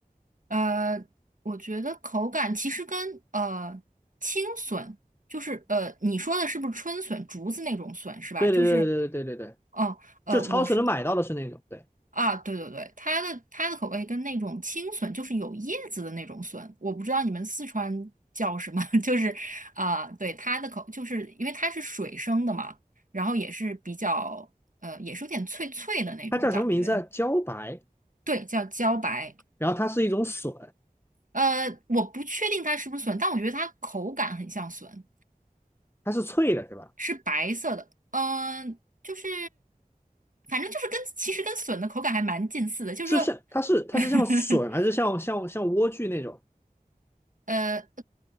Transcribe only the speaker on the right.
呃，我觉得口感其实跟呃青笋，就是呃你说的是不是春笋，竹子那种笋是吧？
就是哦呃，
我是。
啊，对对对，它的它的口味跟那种青笋，就是有叶子的那种笋，我不知道你们四川叫什么，<laughs> 就是啊、对它的口，就是因为它是水生的嘛，然后也是比较呃，也是有点脆脆的那种感觉，
对，叫茭白，
呃，我不确定它是不是笋，但我觉得它口感很像笋，
是白色的，嗯、就是反正就是跟其实跟笋的口感还蛮近似的，就是说。
<laughs>
呃，